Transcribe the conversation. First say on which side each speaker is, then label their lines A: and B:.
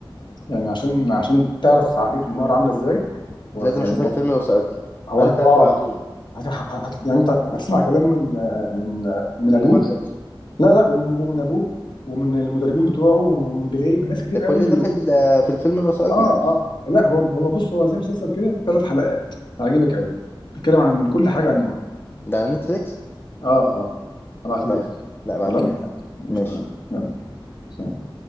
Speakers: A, on the left (about 60°); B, on the left (about 25°).
A: يعني عشان عشان تعرف عقليه نيمار عامله ازاي و-
B: لازم
A: يعني
B: اشوف الفيلم الوثائقي
A: هو
B: فانت
A: هو
B: هتبعتولي
A: هت... هت... يعني انت هتسمع كلام من من من
B: من
A: ابوه
B: نيمار نفسه
A: لا لا ومن ابوه ومن المدربين بتوعه ومن بيليه من ناس كتير
B: ده كل
A: قوي
B: ده في ال- في الفيلم الوثائقي
A: اه اه لا هو هو بص هو زي مسلسل كده ثلاث حلقات هيعجبك قوي بيتكلم عن كل حاجه عن نيمار
B: ده على نتفليكس
A: اه اه هبعتهولك
B: طيب لا ابعتولي
A: خلاص
B: حالا
A: مش
B: ماشي
A: تمام يلا سلام